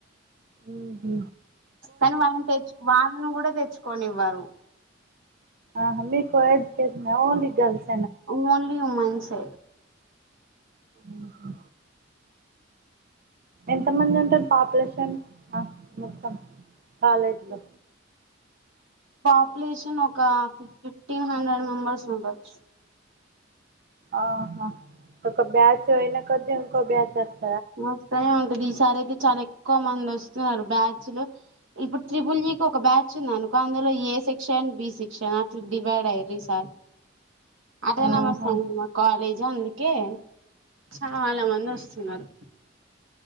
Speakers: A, on the right (about 50°); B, on the right (about 75°).
A: మ్ హు
B: కానీ వాళ్ళని తెచ్ వాళ్ళను కూడా తెచ్చుకొనివ్వారు
A: ఆహా మీ కో ఓన్లీ గల్స్
B: ఓన్లీ ఉమన్సై
A: మ్ హు ఎంత మంది ఉంటారు పాపులేషన్ మొత్తం కాలేజీలో
B: పాపులేషన్ ఒక ఫిఫ్టీన్ హండ్రెడ్ మెంబర్స్ ఉండొచ్చు
A: ఆహా ఒక ఒక బ్యాచ్ అయినా కొద్దీ ఇంకో బ్యాచ్స్త
B: వస్తనే ఉంటది ఈసారి అయితే చాలా ఎక్కువ మంది వస్తున్నారు బ్యాచ్లు ఇప్పుడు త్రిపుల్ ఇ కి ఒక బ్యా చ్ ఉందనుకో అందులో ఏ సెక్షన్ బి సెక్షన్ అట్లా డివైడ్ అయ్యరు ఇ సారి అట్నామస్
A: ఆహా
B: ఆఇంది మ కాాలేజ్ జ్ అందుకే చాలా మంది వస్తున్నారు